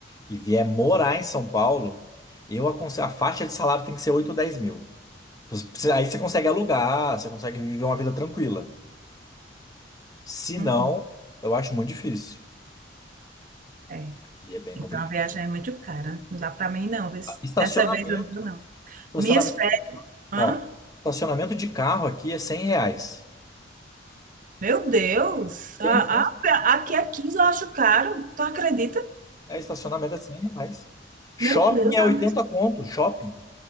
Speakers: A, on the left; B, on the right.
A: e vier morar em São Paulo, eu aconselho, a faixa de salário tem que ser 8 ou 10 mil. Aí você consegue alugar, você consegue viver uma vida tranquila. Se
B: Uhum,
A: não, eu acho muito difícil.
B: é.
A: E é bem
B: Então
A: complicado.
B: a viagem é muito cara. Não dá para mim não. viu?
A: Ah, Estacionamento,
B: Dessa vez eu não vou não.
A: estacionamento,
B: Minhas férias. Hã?
A: ó, estacionamento de carro aqui é 100 reais.
B: Meu Deus,
A: 100
B: a,
A: reais.
B: a, aqui é 15 eu acho caro. Tu acredita?
A: É, estacionamento é 100 reais. Shopping
B: Meu Deus,
A: é
B: mas
A: 80 conto, shopping.